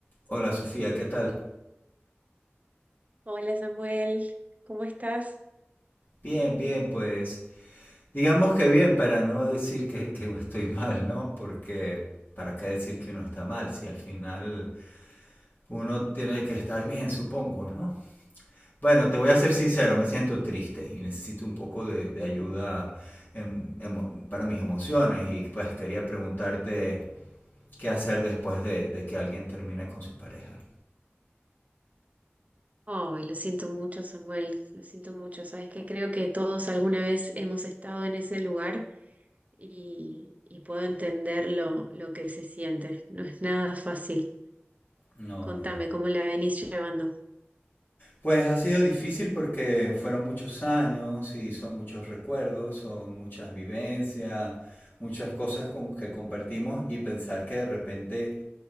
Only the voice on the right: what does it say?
Hola Samuel, ¿cómo estás?
Ay, lo siento mucho, Samuel, lo siento mucho. Sabes que creo que todos alguna vez hemos estado en ese lugar y, y puedo entender lo, lo que se siente. No es nada fácil.
Contame
cómo la venís llevando.